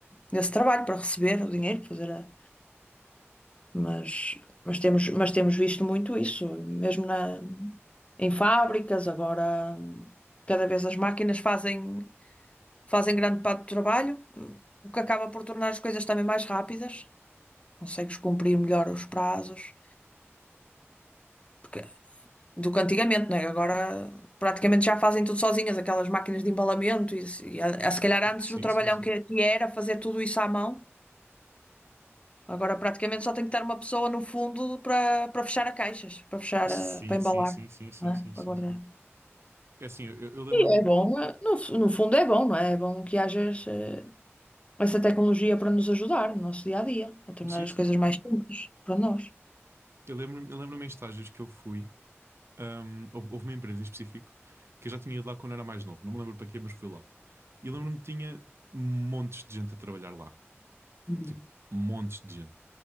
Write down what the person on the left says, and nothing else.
esse trabalho, para receber o dinheiro, fazer a- mas, mas temos, mas temos visto muito isso, mesmo na, em fábricas, agora cada vez as máquinas fazem, fazem grande parte do trabalho, o que acaba por tornar as coisas também mais rápidas, consegues cumprir melhor os prazos. Porque- do que antigamente, né? Agora praticamente já fazem tudo sozinhas, aquelas máquinas de embalamento, e, se- e a, a- se calhar antes
o trabalhão
que, que era fazer tudo isso à mão, agora praticamente só tem que estar uma pessoa no fundo para para fechar as caixas, para fechar,
a- para embalar,
não é?
Para
guardar.
E é bom, eh, no, fu- no fundo é bom, não é? É bom que haja esse- essa tecnologia para nos ajudar no nosso dia a dia, a tornar
as
coisas mais simples para nós.
Uhum.